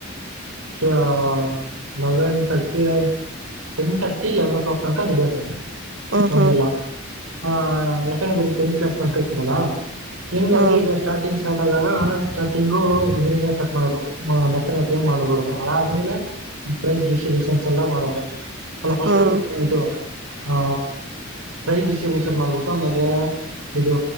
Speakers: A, on the right; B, on the right.
A: ಯ ಲೆವೆನ್ ತರ್ಟಿ ಐ ten thirty eleven o'clock ತನಕ ನಡೆಯದೆ
B: ಹ್ಮ್
A: ನಮ್ದೆಲ್ಲ.
B: ಹ್ಮ್
A: ಹಾ ಯಾಕಂದ್ರೆ ಬರಿ ಟೆಂತ್ ಕ್ಲಾಸ್ ತಂಕ ಇತ್ತಲ್ಲಾ ಹಿಂಗಾಗಿ
B: ಹ್ಮ್
A: ಇವ ಸ್ಟಾರ್ಟಿಂಗ್ ಸ್ಟಾರ್ಟ್ ಆದಾಗ ಸ್ಟಾರ್ಟಿಂಗು ಇದರಿಂದ ಸ್ಟಟ್ ಮಾಡೋದ್ ಭರ್ತನಾಟ್ಯಮ ಮಾಡ್ಬಿಡೋದು ಅದಾದ್ಮೇಲೆ ಪ್ರೈಸ್ ಡಿಸ್ಟ್ರಿಬ್ಯೂಷನ್ಸ್ ಎಲ್ಲ ಮಾಡೋದು ಅಲ್ಲ ಫಸ್ಟ್
B: ಹ್ಮ್
A: ಇದು ಹ ಪ್ರೈಜ್ ಡಿಸ್ಟ್ರಿಬ್ಯೂಷನ್ ಮಾಡ್ಬಿಟ್ಟು ಆಮೇಲೆ ಇದು